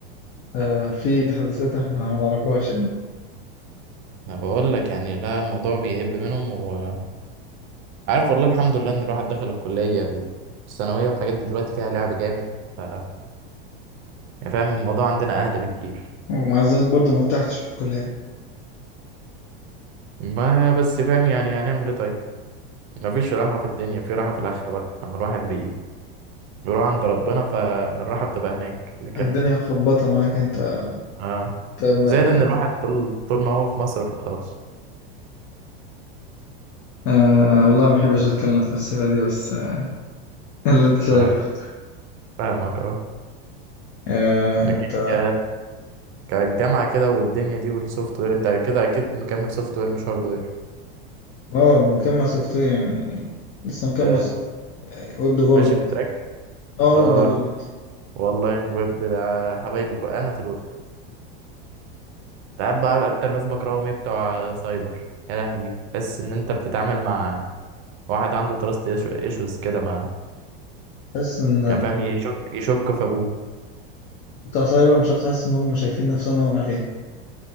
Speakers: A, on the left (about 45°); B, on the right (about 40°).
A: آه في تحديثات احنا ما نعرفهاش يعني
B: انا بقول لك يعني لا الموضوع بيهب منهم وعارف والله الحمد لله ان الواحد دخل الكلية الثانوية الحاجات دي دلوقتي فيها لعب جامد ف يعني فاهم الموضوع عندنا اهدى بكتير
A: ومع ذلك برضه ما ارتحتش في الكلية
B: ما بس فاهم يعني هنعمل ايه طيب مفيش راحة في الدنيا في راحة في الآخرة بقى لما الواحد بي... بيروح عند ربنا فالراحة بتبقى هناك لكن
A: الدنيا مخبطة معاك انت
B: آه
A: طب ما-
B: زائد
A: يعني
B: إن الواحد طول طول ما هو في مصر فخلاص
A: آه والله ما بحبش اتكلم في السيرة دي بس آه اللي انت شايفه
B: آه فاهمك آه
A: آه
B: لكن
A: انت
B: ك... كالجامعة كده والدنيا دي والسوفت وير أنت كده أكيد مكمل سوفت وير مش هارد وير
A: اه مكمل سوفت وير يعني لسه مكمل
B: ت...
A: سوفت ويب ديفلوبمنت
B: ماشي في تراك
A: اه
B: آه
A: ويب ديفلوبمنت
B: والله الويب ده حبايبي كو... أنا في الويب أنت عارف بقى أكتر ناس بكرههم إيه بتوع سايبر يا لهوي تحس إن أنت بتتعامل مع واحد عنده تراست ايشوز كده ما
A: حاسس ان
B: يعني فاهم يشك يشك في ابوه
A: بتاع سايبر مش عارف تحس ان هم شايفين نفسهم قوي علينا